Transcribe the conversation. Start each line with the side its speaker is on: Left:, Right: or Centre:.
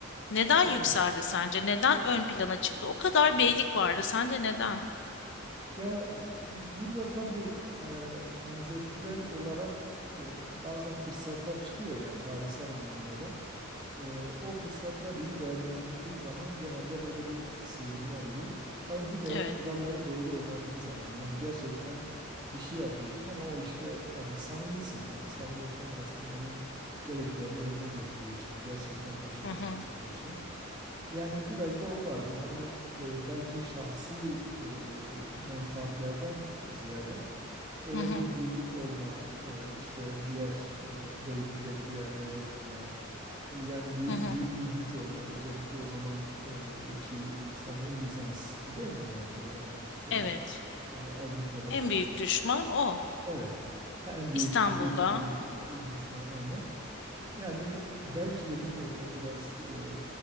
Left: Neden
Right: Evet.
Left: yükseldi sence? Neden ön plana çıktı? O kadar beylik vardı. Sence neden?
Right: Ya burada tabii e, konjonktürel olarak e, bazen fırsatlar çıkıyor ya tarihsel anlamda da. E, o fırsatlar iyi değerlendirildiği zaman genelde böyle bir sıyrılma oluyor. Tabii bir de
Left: Evet.
Right: o kuralları doğru oynadığın zaman yani gerçekten bir şey yapıyorsun ama o işte yani samimisin. Yani samimiyetten kastım onun gereklerini yerine getiriyorsun. Gerçekten başarmak
Left: Hı hı.
Right: istiyorsun. Yani biraz da o vardı. Hani e, belki şahsi e, menfaatlerden ziyade böyle
Left: Hı hı.
Right: bir birlik olma, e, işte diğer e, beylikleri bir araya getirme, e, yani bir,
Left: Hı hı.
Right: büyük bir güç olma. Özellikle o zaman e, ki sanırım Bizans'tı değil mi? Yani o zamanki şeyler.
Left: Evet.
Right: E, Avrupa'daki
Left: En büyük düşman o.
Right: evet en büyük
Left: İstanbul'da.
Right: güç, en büyük e, düşman aynen. Yani belki de bilmiyorum o biraz e,